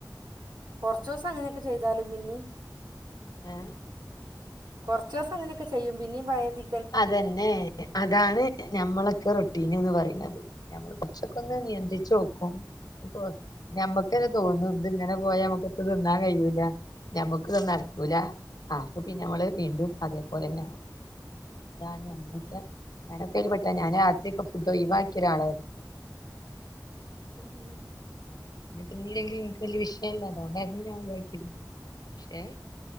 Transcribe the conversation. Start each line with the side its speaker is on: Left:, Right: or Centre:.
Right: കൊറച്ചൂസം അങ്ങനെക്കെ ചെയ്താലും പിന്നീം
Left: ഏ
Right: കൊറച്ചൂസം അങ്ങനെക്കെ ചെയ്യും പിന്നീം പയേ തീ
Left: അതെന്നെ അതാണ്‌ ഞമ്മളെക്കെ റുടീന് പറീണത്. ഞമ്മള് കൊ ച്ചൊക്കൊന്ന് നിയന്ത്രിച്ച്
Right: ഉം ഉം
Left: നോക്കും കൊയ് ഞമ്മക്കന്നെ തൊന്നും ത്ങ്ങനെ പോയാ നമ്മക്കെത്തും ത് ന്നാൻ കഴിയൂലാന്ന് ഞമ്മക്ക്ത് നടക്കൂല ആഹ് അപ്പപ്പിന്നെ ഞമ്മള് വീണ്ടും അതെ പോലെന്നെ ആവും. അതാണ് ഞമ്മളെക്കെ
Right: ഉം
Left: ഞാനൊക്കെ അതിൽ പെട്ടതാ ഞാനാദ്യൊക്കെ ഫുഡ്‌ ഒഴിവാക്കി ഒരാളായിര്ന്നു
Right: ഹ് ഹ് ഹും
Left: പിന്നെ തിനീലെങ്കിലും ഇൻക്ക് വല്ല്യേ വിശയല്ല അതോണ്ടായിര്ന്നു ഞാൻ ഒയിവാക്കീര്ന്നേ പക്ഷെ